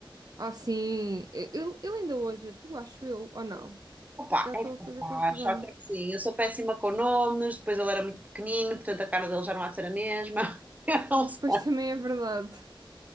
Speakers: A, on the right; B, on the right.
A: Ah, sim. Eu, eu eu ainda hoje, tu acho eu, ou não?
B: Opa,
A: Se calhar
B: é
A: estou
B: capaz,
A: a fazer confusão.
B: só que assim, eu sou péssima com nomes, depois ele era muito pequenino, portanto a cara dele já não há de ser a mesma. <laughs> Eu não sei.
A: Pois também é verdade.